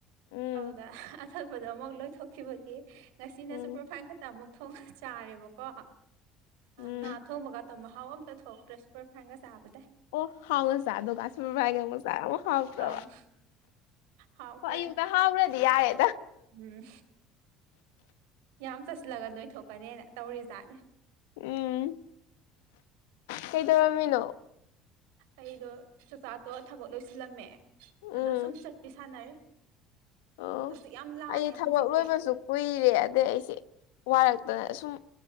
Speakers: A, on the left; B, on the right.
A: ꯎꯝ
B: ꯑꯗꯨꯗ ꯑꯇꯣꯞꯄꯗ ꯑꯃꯨꯛ ꯂꯣꯏꯊꯣꯛꯈꯤꯕꯒꯤ ꯉꯁꯤꯅꯁꯨ
A: ꯎꯝ
B: ꯄ꯭ꯔꯣꯐꯥꯏꯜ ꯈꯛꯇ ꯑꯃꯨꯛ ꯊꯣꯡ ꯆꯥꯔꯦꯕꯀꯣ
A: ꯎꯝ
B: ꯉꯥ ꯊꯣꯡꯕꯒ ꯑꯣ ꯃꯍꯥꯎ ꯑꯝꯇ ꯊꯣꯛꯂꯇ꯭ꯔꯦ ꯁꯨꯄꯔ ꯐ꯭ꯔꯥꯏꯟꯒ ꯆꯥꯕꯗꯩ
A: ꯑꯣ ꯍꯥꯎꯉꯣ ꯆꯥꯗ ꯀꯁꯤꯃꯔ ꯍꯥꯏꯒꯦꯉꯣ ꯆꯥꯏꯣ ꯍꯥꯎꯕ꯭ꯔꯕ
B: ꯑꯪ ꯍꯥꯎꯇꯔꯦ
A: ꯍꯣꯏ ꯑꯌꯨꯛꯇ ꯍꯥꯎꯔꯗꯤ ꯌꯥꯔꯦ
B: ꯎꯝ ꯌꯥꯝ ꯆꯠꯁꯤꯜꯂꯒ ꯅꯣꯏꯊꯣꯛꯀꯅꯦꯅ ꯇꯧꯔꯤꯖꯥꯠꯅꯦ
A: ꯎꯝ ꯀꯩꯗꯧꯔꯝꯃꯤꯅꯣ
B: ꯑꯩꯗꯣ ꯆꯥꯛꯆꯥꯥꯛꯇꯣ ꯊꯕꯛ ꯂꯣꯏꯁꯤꯜꯂꯝꯃꯦ
A: ꯎꯝ
B: ꯑꯗꯣ ꯁꯨꯝ ꯆꯠꯄꯤ ꯁꯥꯟꯅꯔꯤ
A: ꯑꯣ
B: ꯍꯛꯖꯤꯛ ꯌꯥꯝ ꯂꯥꯡꯉꯦ
A: ꯑꯩ ꯊꯕꯛ
B: ꯍꯧꯖꯤꯛꯇꯤ
A: ꯂꯣꯏꯕꯁꯨ ꯀꯨꯏꯔꯦ ꯑꯗꯩꯩ ꯑꯩꯁꯦ ꯋꯥꯔꯛꯇꯅ ꯁꯨꯝ